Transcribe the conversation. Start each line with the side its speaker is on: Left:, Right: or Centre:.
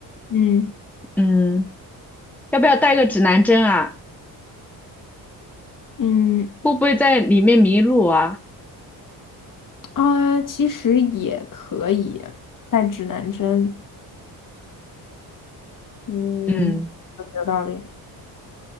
Left: 嗯
Centre: 嗯，要不要带个指南针啊？
Left: 嗯。
Centre: 会不会在里面迷路啊？
Left: 啊，其实也可以带指南针。嗯，
Centre: 嗯，
Left: 有道理。